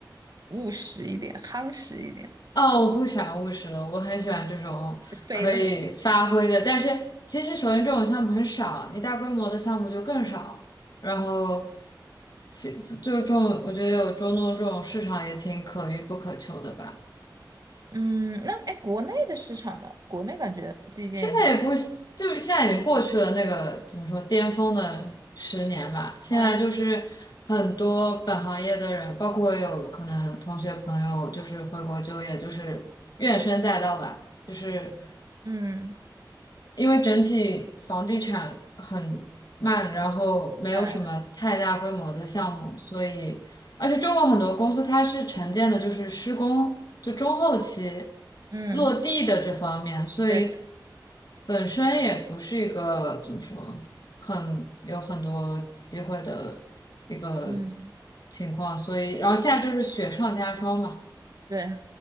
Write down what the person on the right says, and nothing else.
务实一点、夯实一点
飞的是吧
嗯，那哎，国内的市场呢？国内感觉最近
哇，
嗯。
下来，
嗯，
对对，
嗯，
对，